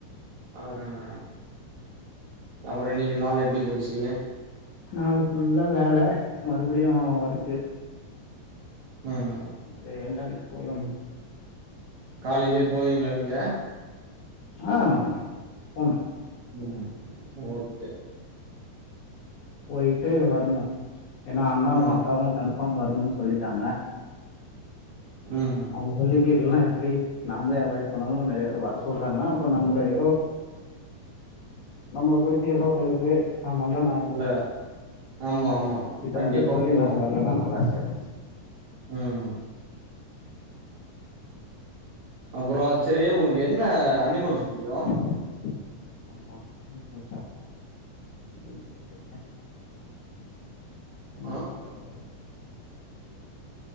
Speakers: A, on the right; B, on the left.
A: ஆமா அப்பற இன்னைக்கு நாள் எப்டி போச்சு
B: நாலு ஃபுல்லா வேல மறுபடியு ஒர்க்கு
A: <unintelligible>
B: அது ரெண்டு நாளைக்கு போது
A: காலையிலயே போவீங்ளா நீங்க
B: ஆ போவே
A: ம் ஓகே
B: போயிட்டு வரணு ஏன்னா அம்மாவு
A: ம்
B: அக்காவும் கன்ஃபார்ம் வரணும் சொல்லிட்டாங்க
A: ம்
B: அவங்க சொல்லி கேக்கலனா எப்டி நாமளே அவாய்ட் பண்ணணும்னு நெறைய வர சொல்றாங்கனா அப்ப நம்மள ஏதோ நம்மளை குறித்து ஏதோ ஒண்ணு இருக்கு நாம வந்தா நானு
A: இல்ல ஆமா ஆமா
B: இத்தன
A: கண்டிப்பா
B: பேர் சொல்லி
A: போனு
B: நாங்க வரலன்னா நல்லா இருக்காது
A: ம் அப்றோ சேரி உனக்கு என்ன அனிமல்ஸ் பிடிக்கு
B: ம் அனிமல் அனிமல்சா தெரிலயே தெரிலயே என்ன
A: ஆ
B: சொல்றதுன் தெரில